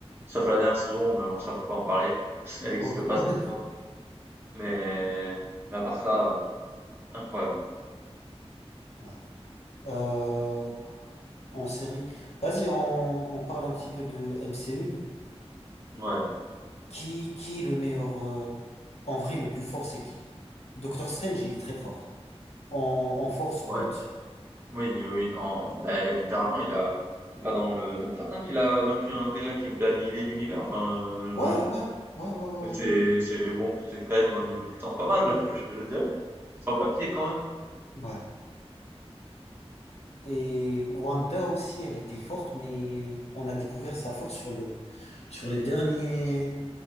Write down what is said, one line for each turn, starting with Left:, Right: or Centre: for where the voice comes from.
Right: Sauf la dernière saison, mais bon, ça, faut pas en parler. <laughs> Elle n'existe
Left: Ok.
Right: pas,
Left: <laughs>
Right: cette saison. Mais mais à part ça, heu, incroyable.
Left: Ouais. Euh, en série. Vas-y, on, on parle un petit peu de MCU.
Right: Ouais,
Left: Qui, qui est le meilleur... euh, En vrai, le plus fort, c'est qui? Doctor Strange, il est très fort. En, en force
Right: ouais.
Left: brute.
Right: Oui, oui, oui, en beh, littéralement, il a c'est pas dans le Docteur Strange qu'il a vaincu un gars qui voulait annihiler l'univers? Enfin,
Left: Ouais, ouais, ouais, ouais, ouais,
Right: euh, <laughs>
Left: ouais.
Right: c'est c'est bon, c'est quand même un niveau de puissance pas mal, <laughs> je je dirais. Sans papier, quand même.
Left: Ouais. Et Wanda aussi, elle était forte, mais on a découvert sa force sur le, sur les derniers,